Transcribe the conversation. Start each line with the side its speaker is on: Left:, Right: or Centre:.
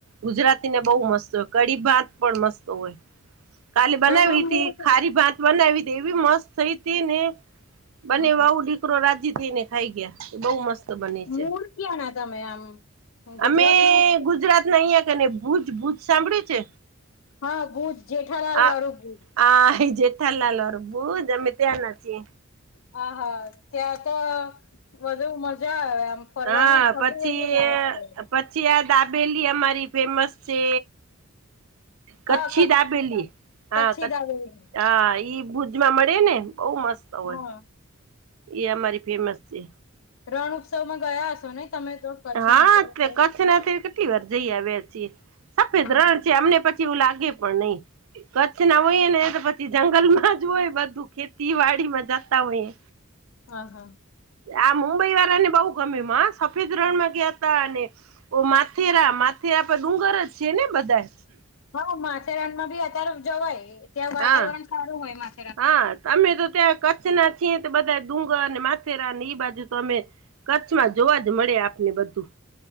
Right: ગુજરાતીને બહું મસ્ત કડી ભાત પણ મસ્ત હોય. કાલે બનાવી
Left: તમામ
Right: હતી,
Left: મૂળ
Right: ખારી ભાત બનાવી હતી, એવી મસ્ત થઈ તી ને બને
Left: હમ
Right: દીકરો રાજી થઈ ને ખાઈ ગયા એ બહુ મસ્ત ત બની છે,
Left: મૂળ ક્યાં ના તમે આમ ગુજરાત
Right: અમે
Left: ના
Right: ગુજરાત. અહીંયા કેને ભૂજ ભૂજ સાંભળ્યું છે.
Left: હા, બુજ જેઠાલાલ
Right: આ
Left: વાળું બુજ
Right: આ એ જેઠાલાલ અર બુજ અમે ત્યાંના છે.
Left: હા હા ત્યા તો વધુ મજા આવે આમ. ફરવાનું
Right: હા
Left: ખબર
Right: પછી
Left: બધું <unintelligible> છે.
Right: પછી આ દાબેલી અમારી ફેમસ છે. કચ્છી
Left: હા
Right: દાબેલી હા
Left: કચ્છી
Right: ક
Left: દાબેલી
Right: હા ઈ ભુજમાં મળે ને બઉ મસ્ત હોય.
Left: હા
Right: એ અમારી ફેમસ છે.
Left: રણ ઉત્સવમાં ગયા હશો ને તમે તો? કચ્છના
Right: હા
Left: છો એટલે
Right: તે કચ્છનાથી કેટલી વાર જઈ આવ્યા છે સફેદ
Left: હમ
Right: રણ છે અમને પ એવું લાગે પણ નય કચ્છના હોય ને તો પછી જંગલમાં ધૂ હોય બધું ખેતીવાડીમાં જતા હોય.
Left: હા હા
Right: આ મુંબઈવાળા ને બવ ગમ્યુંમાં સફેદ ત્રણ વગ્યા તા અને માથેરા માથેરા પર ડુંગર જ છે ને બધા
Left: હા માથેરણમા બી અત્યારે જવાય ત્યાં વાતાવરણ
Right: હા
Left: સારું હોય મા
Right: હા અમે તો ત્યાં કચ્છના છે તો બધા ડુંગર અને માથેરા ને એ બાજુ તો અમે કચ્છમાં જોવા જ મળે આપને બધું